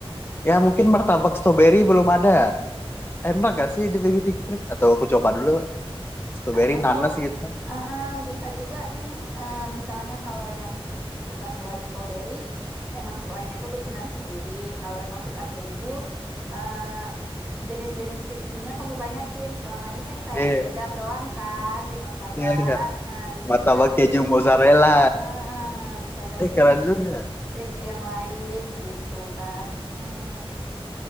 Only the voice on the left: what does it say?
ya mungkin martabak strawberry belum ada enak gak sih dipikir-pikir atau aku coba dulu strawberry
nanas gitu
iya
iya iya
Martabak
keju mozzarella.
Eh keren juga.